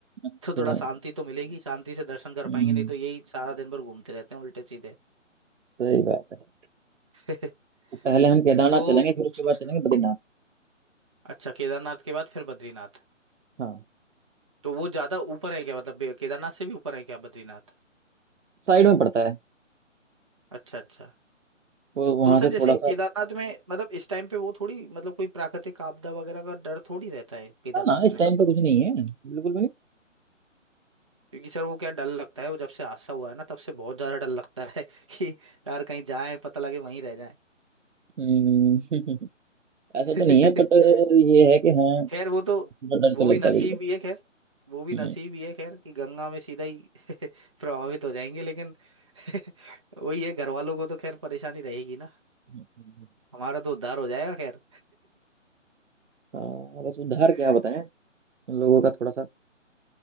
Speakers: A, on the right; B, on the right.
A: अच्छा
B: तो थोड़ा शांति तो मिलेगी शांति से दर्शन कर
A: हम्म
B: पाएंगे नहीं तो यही सारा दिन भर घूमते रहते हैं उल्टे सीधे
A: सही बात है
B: <laughs>
A: तो पहले हम केदारनाथ
B: तो
A: चलेंगे फिर उसके
B: सोच
A: बाद चलेंगे बद्रीनाथ
B: अच्छा केदारनाथ के बाद फिर बद्रीनाथ
A: हाँ
B: तो वो ज्यादा ऊपर है क्या मतलब बे- केदारनाथ से भी ऊपर है क्या बद्रीनाथ
A: साइड में पड़ता है
B: अच्छा अच्छा
A: वो वहां
B: तो सर
A: से
B: जैसे
A: थोड़ा सा
B: केदारनाथ में मतलब इस टाइम पे वो थोड़ी मतलब कोई प्राकृतिक आपदा वगैरह का डर थोड़ी रहता है केदारनाथ
A: ना ना इस
B: में
A: टाइम पे कुछ नहीं है बिल्कुल भी नहीं
B: क्योंकि सर वो क्या डर लगता है वो जब से हादसा हुआ है ना तब से बहुत ज्यादा डर लगता है <laughs> कि यार कहीं जाए पता लगे वहीं रह
A: हम्म, <laughs> ऐसा तो
B: जाए
A: नहीं है
B: <laughs>
A: बट ये है कि हाँ
B: खैर वो तो
A: थोड़ा डर तो
B: वो भी
A: लगता
B: नसीब
A: है बिल्कुल
B: ही है खैर वो भी
A: हम्म,
B: नसीब ही है खैर कि गंगा में सीधा ही <laughs> प्रभावित हो जाएंगे लेकिन <laughs> वही है घर वालों को तो खैर परेशानी रहेगी ना
A: हम्म, हम्म।
B: हमारा तो उद्धार हो जाएगा खैर
A: हाँ बस उधार
B: <laughs>
A: क्या बताएं लोगों का थोड़ा सा